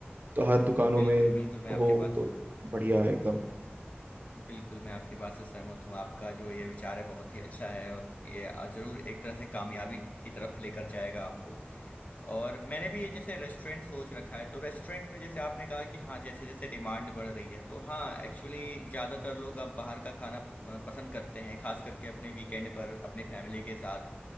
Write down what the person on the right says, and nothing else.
तो हर दुकानों
में
हो
तो बढ़िया है एकदम